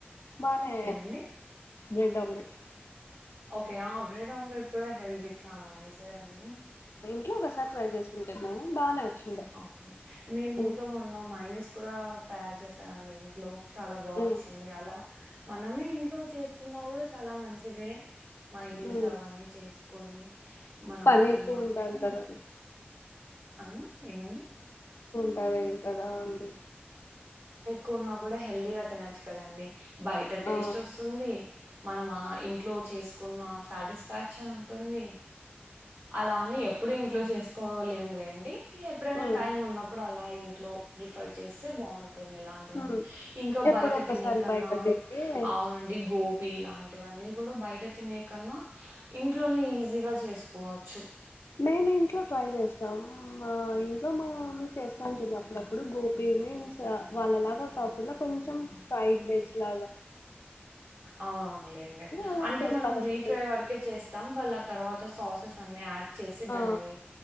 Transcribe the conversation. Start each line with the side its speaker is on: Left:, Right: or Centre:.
Left: బానే
Right: ఏమండి
Left: బ్రెడ్ ఆమ్లెట్
Right: ఓకే ఆ బ్రెడ్ ఆమ్లెట్ కూడా హెల్తీ కీ చాలా మంచిది అండి
Left: నువ్వు ఒసారి ట్రైల్ చేసుకుంటే బానే వచ్చిండే
Right: ఆ ఓకే ఓకే నేను
Left: ఉమ్,
Right: ఇంకా మొన్న మైనస్ కూడా తయారు చేసానండి ఇంట్లో చాలా బాగా
Left: ఉమ్,
Right: వచ్చింది అలా మనమే ఇంట్లో చేసుకున్నా కూడా చాలా మంచిదే మైనిస్
Left: ఉమ్.
Right: అవన్నీ చేసుకొని మనం
Left: పని
Right: తిన్నా
Left: ఎక్కువ ఉంటాది
Right: కూడా
Left: కదండి
Right: అన్ని ఏమండి
Left: కద <unintelligible> కదా అండి
Right: కోన్నా కూడా హెల్దీగా తినొచ్చు కదండి బయట టేస్ట్
Left: ఆ
Right: వోస్తుంది మనం ఆ ఇంట్లో చేసుకున్నా సాటిస్ఫాక్షన్ ఉంటుంది అలా అని ఎప్పుడు ఇంట్లో చేసుకోలేం లేండి ఎప్పుడైనా
Left: ఉమ్,
Right: టైం ఉన్నప్పుడు అలా ఇంట్లో ప్రిఫర్ చేస్తే బాగు ఇలాంటివన్నీ
Left: ఉమ్.
Right: ఇంకా
Left: ఎప్పుడో
Right: బయట
Left: ఒకసారి
Right: తినే కన్నా
Left: బయట తింటే
Right: అవునండి గోబి లాంటి వీటివాన్నీ గూడ బయట తినే కన్నా ఇంట్లోనే ఈజీగా చేసుకోవచ్చు
Left: మేం ఇంట్లో ట్రై చేస్తాం మా ఇంట్లో మా మమ్మి చేస్తా అంటుంది అప్పుడప్పుడు గోబి మీన్స్ లాగ కాకుండా కొంచెం ఫైడ్ రైస్ లాగ
Right: అవునవును లేండి
Left: అలా
Right: అంటే
Left: చేస్తా
Right: మనం
Left: వస్తుంది.
Right: డీ ఫ్రై వరకే చేస్తాం వాళ్ళు అ తర్వాత సాసెస్స్ అన్నీ యాడ్ చేసి దాన్ని
Left: ఆ